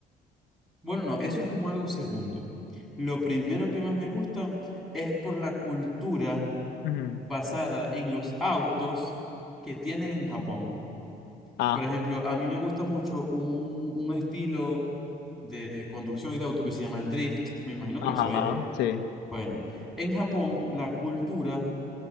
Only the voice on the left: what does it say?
ujú.
Ah,
ajá,
sí.